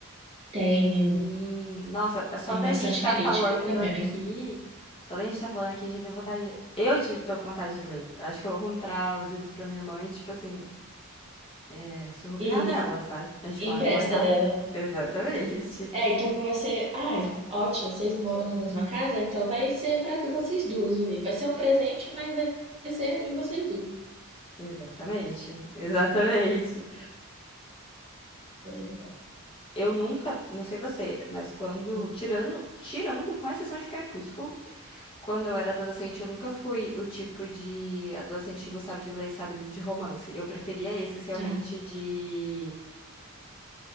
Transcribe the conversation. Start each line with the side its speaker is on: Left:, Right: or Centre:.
Right: Tem,
Left: Sim. Nossa, é só
Right: tem
Left: da
Right: bastante
Left: gente estar
Right: crítica
Left: falando
Right: também.
Left: aqui, só da gente estar falando aqui, já tenho vontade. Eu tive, tô com vontade de ler. Eu Acho que eu vou comprar os livros pra minha irmã e, tipo assim, é, surrupiar
Right: E
Left: dela, sabe? A gente mora
Right: empresta
Left: na mesma casa.
Right: dela.
Left: Exatamente.
Right: É, então vai ser... Ah, ótimo, vocês moram na mesma casa, então vai ser para vocês duas. aí. Vai ser um presente, mas vai vai ser de vocês duas.
Left: Exatamente. Exatamente.
Right: Pois é.
Left: Eu nunca, não sei você, mas quando,
Right: Hum.
Left: tirando, tirando, com exceção de Crepúsculo, quando eu era adolescente, eu nunca fui o tipo de adolescente que gostava de ler, sabe, livro de romance. Eu preferia esses realmente
Right: Ah,
Left: de